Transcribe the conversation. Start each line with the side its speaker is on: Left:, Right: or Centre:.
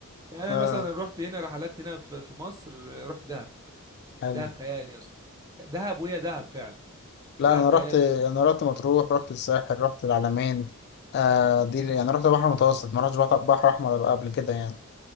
Right: يعني انا
Left: آه
Right: مثلا رحت هنا رحلات هنا في في مصر آه، رحت دهب
Left: حلو
Right: دهب خيال يا اسطى دهب وهي دهب فعلا
Left: لا
Right: دهب
Left: أنا
Right: خيال
Left: رحت أنا رحت مطروح رحت الساحل رحت العلمين آه دي يعني رحت بحر متوسط ما رحتش بحر بحر أحمر قبل كده يعني